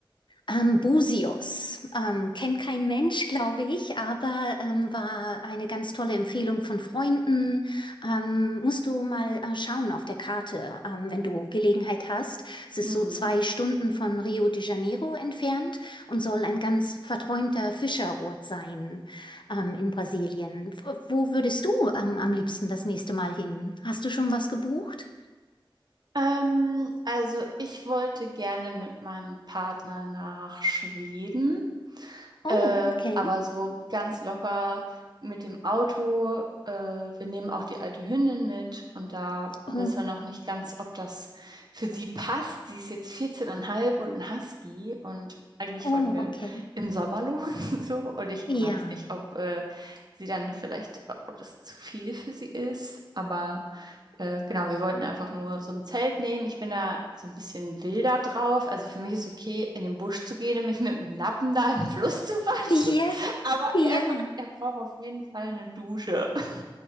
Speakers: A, on the left; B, on the right.
A: Ähm, Busios. Ähm, kennt kein Mensch, glaube ich, aber ähm, war eine ganz tolle Empfehlung von Freunden. Ähm, musst du mal äh, schauen auf der Karte, ähm, wenn du Gelegenheit hast. Es ist
B: Mhm.
A: so zwei Stunden von Rio de Janeiro entfernt und soll ein ganz verträumter Fischerort sein ähm, in Brasilien. W- Wo würdest du ähm, am liebsten das nächste Mal hin? Hast du schon was gebucht?
B: Ähm, also ich wollte gerne mit meinem Partner nach Schweden
A: Oh,
B: Äh,
A: okay.
B: aber so ganz locker mit dem Auto. Äh, wir nehmen auch die alte Hündin mit und da
A: Oh,
B: wissen wir noch nicht ganz, ob das für sie passt. Sie ist jetzt 14,5 und ein Husky und eigentlich
A: oh,
B: wollten wir
A: okay.
B: im Sommer los <laughs> so und ich
A: Ja.
B: weiß nicht, ob äh, sie dann vielleicht, ob das zu viel für sie ist, aber äh, genau, wir wollten einfach nur so ein Zelt nehmen. Ich bin da so ein bisschen wilder drauf. Also für mich ist okay, in den Busch zu gehen und mich mit dem Lappen da im Fluss zu waschen.
A: Ja,
B: <laughs> Aber
A: ja,
B: er sagt, er braucht auf jeden Fall eine Dusche. <laughs>